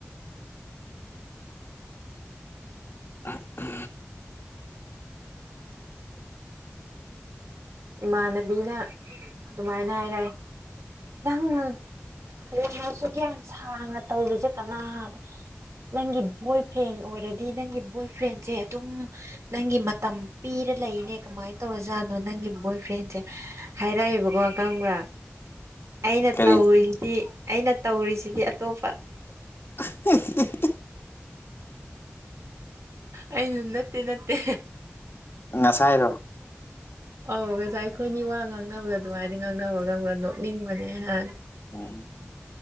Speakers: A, on the left (about 50°); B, on the right (about 85°).
A: ꯑ ꯎ
B: ꯏꯃꯥꯟꯅꯕꯤꯅ ꯑꯗꯨꯃꯥꯏꯅ ꯍꯥꯏꯔꯑꯦ ꯅꯪꯅꯁꯨ ꯒ꯭ꯌꯥꯟ ꯁꯥꯡꯅ ꯇꯧꯔꯤꯁꯦ ꯀꯅꯥꯗ ꯅꯪꯒꯤ ꯕꯣꯏ ꯐ꯭ꯔꯦꯟ ꯑꯣꯏꯔꯗꯤ ꯅꯪꯒꯤ ꯕꯣꯏ ꯐ꯭ꯔꯦꯟꯁꯦ ꯑꯗꯨꯝ ꯅꯪꯒꯤ ꯃꯇꯝ ꯄꯤꯔ ꯂꯩꯅꯦ ꯀꯃꯥꯏꯅ ꯇꯧꯔꯖꯥꯠꯅꯣ ꯅꯪꯒꯤ ꯕꯣꯏ ꯐ꯭ꯔꯦꯟꯁꯦ ꯍꯥꯏꯔꯛꯑꯦꯕꯀꯣ ꯈꯪꯕ꯭ꯔꯥ ꯑꯩꯅ
A: ꯀꯔꯤ
B: ꯇꯧꯔꯤꯁꯤꯗꯤ ꯑꯩꯅ ꯇꯧꯔꯤꯁꯤꯗꯤ ꯑꯇꯣꯞꯄ
A: <inaudible>
B: ꯑꯩꯩꯅꯝ ꯅꯠꯇꯦ ꯅꯠꯇꯦ
A: ꯉꯁꯥꯏꯔꯣ
B: ꯑꯧ ꯉꯁꯥꯏ ꯑꯩꯈꯣꯏꯅꯤ ꯋꯥ ꯉꯥꯡꯅꯕꯗꯣ ꯑꯗꯨꯃꯥꯏꯅ ꯉꯥꯡꯅꯕ ꯉꯪꯕ꯭ꯔꯥ ꯅꯣꯛꯅꯤꯡꯕꯅꯦ ꯅꯍꯥꯟ
A: ꯎꯝ